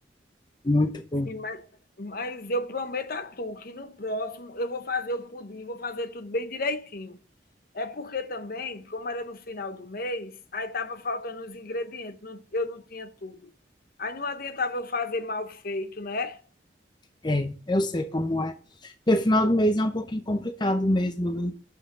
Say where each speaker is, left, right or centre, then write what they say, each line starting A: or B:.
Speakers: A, on the left; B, on the left.
A: muito bom.
B: Sim, mas, mas eu prometo a tu que no próximo eu vou fazer o pudim, vou fazer tudo bem direitinho. É porque também, como era no final do mês, aí estava faltando os ingredientes, não- eu não tinha tudo. Aí não adiantava eu fazer mal feito, né?
A: É, eu sei como é. Porque final do mês é um pouquinho complicado mesmo, né?